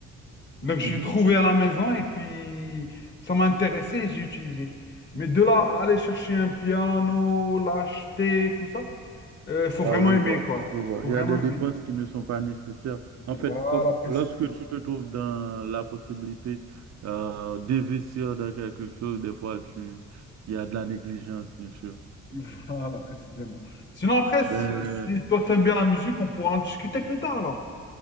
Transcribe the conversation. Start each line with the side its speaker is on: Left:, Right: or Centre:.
Left: Donc, je
Right: mhm.
Left: l'ai trouvée à la maison et puis ça m'a intéressé et j'ai utilisé. Mais de là, à aller chercher un piano, l'acheter, tout ça, euh, faut
Right: Ah,
Left: vraiment
Right: je vois,
Left: aimer, quoi.
Right: je vois.
Left: Faut
Right: Il
Left: vraiment
Right: y a des dépenses
Left: aimer.
Right: qui ne sont pas nécessaires.
Left: Voilà,
Right: En fait, comme
Left: précisément.
Right: lorsque tu te trouves dans la possibilité euh, d'investir dans quelque chose, des fois, tu, il y a de la négligence, bien sûr.
Left: <laughs> Voilà, précisément. Sinon, après, si
Right: Ben,
Left: si toi t'aimes bien la musique, on pourra en discuter plus tard alors.